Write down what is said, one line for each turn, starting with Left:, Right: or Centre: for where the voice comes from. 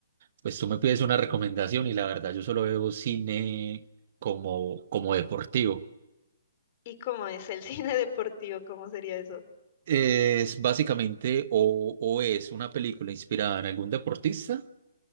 Right: pues tú me pides una recomendación y la verdad yo solo veo cine como, como deportivo.
Left: ¿Y cómo es el <laughs> cine deportivo? ¿Cómo sería eso?
Right: Es básicamente o, o es una película inspirada en algún deportista